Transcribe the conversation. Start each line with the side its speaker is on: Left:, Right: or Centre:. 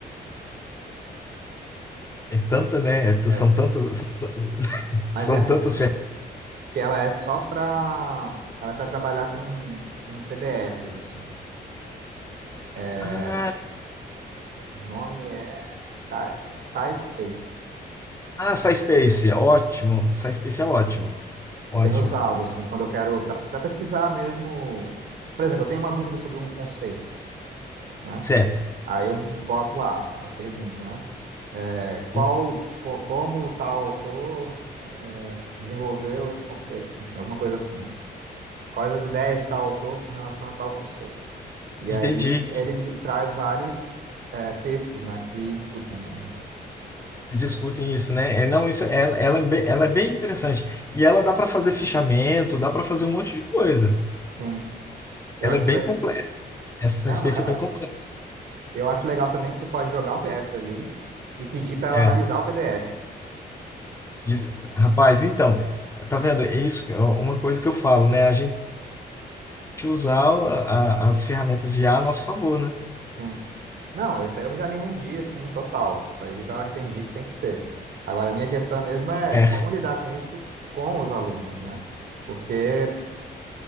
Left: É tanta, né? é t-
Right: É,
Left: são tantas, são, são
Right: mas é um
Left: tantas ferramentas.
Right: que ela é só para ela é para trabalhar com, com PDFs assim. É,
Left: Ah,
Right: o nome é Ti- SciSpace.
Left: ah, SciSpace, ótimo. SciSpace é ótimo, ótimo.
Right: Eu tenho usado assim quando eu quero para pesquisar mesmo. Por exemplo, eu tenho uma dúvida sobre um conceito, né?
Left: Certo.
Right: Aí eu boto lá, eu pergunto, né? É, qual,
Left: E-
Right: co- como tal autor é, desenvolveu esse conceito? Enfim, alguma coisa assim, né? Quais as ideias de tal autor com relação a tal conceito? E
Left: Entendi.
Right: aí ele traz vários é, textos, né, que discutem, né, isso.
Left: E discutem isso, né? É, não, isso, ela, ela, é bem, ela é bem interessante. E ela dá para fazer fichamento, dá para fazer um monte de coisa.
Right: Sim, eu
Left: Ela
Right: acho
Left: é bem
Right: le...
Left: completa. Essa
Right: Não,
Left: SciSpace
Right: não, é
Left: é
Right: ótimo.
Left: bem completa.
Right: Eu acho legal também que tu pode jogar um PDF ali e pedir para ela
Left: é
Right: analisar o PDF.
Left: Isso- Rapaz, então, tá vendo? É isso, é uma coisa que eu falo, né? A gente usar o- a- as ferramentas de IA a a nosso favor, né?
Right: Sim. Não, isso aí eu já me rendi, assim, total. Isso aí eu já entendi que tem que ser. Agora, a minha questão mesmo é
Left: É,
Right: como lidar com isso com os alunos, né? Porque